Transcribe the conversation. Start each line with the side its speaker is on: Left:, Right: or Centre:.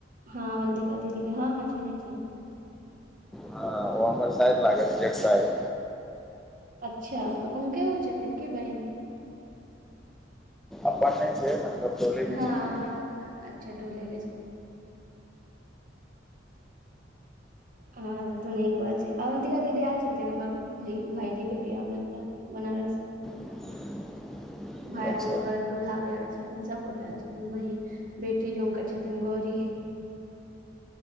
Right: हाँ अवन्दिका दीदी के ह - ह चीन्है छियैन।
Centre: ह ओ हमर साइर लागत जेठ साइर।
Right: अच्छा। उनके ओ छथिन कि बहिन?
Centre: अपन नै छै, मतलब टोले
Right: हँ
Centre: के छथिन।
Right: और अच्छा। टोलेके छथिन। ह - ह तब त नीक बात छै, अवन्तिका दीदी आयल छथिन हमर भइ भाइजी के बियाहमे एतऽ। बनारस।
Centre: <inaudible>
Right: भाय
Centre: अच्छा
Right: उंकर दुल्हा भी एल छथि खैन सब गोटा एल छथिन बहीन बेटी जे उनकर छथिन गौरीह।